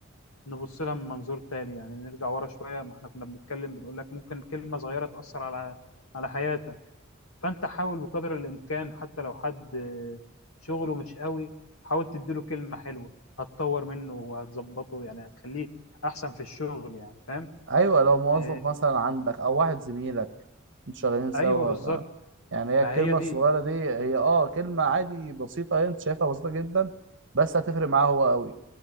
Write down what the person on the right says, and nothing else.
ايوه لو موظف
مثلا عندك او واحد زميلك انتوا شغالين سوا
فاهم يعني هي
الكلمه
الصغيره دي هي اه كلمه عادي بسيطه هي انت شايفها بسيطه جدا بس هتفرق معاه هو قوي